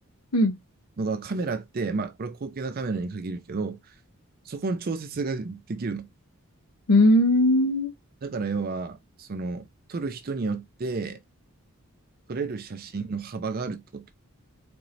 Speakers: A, on the left; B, on the right.
A: うん。
B: のが、カメラって、まあ、これは高級なカメラに限るけど、そこの調節ができるの。
A: うーん。
B: だから、要は、その、撮る人によって、撮れる写真の幅があるってこと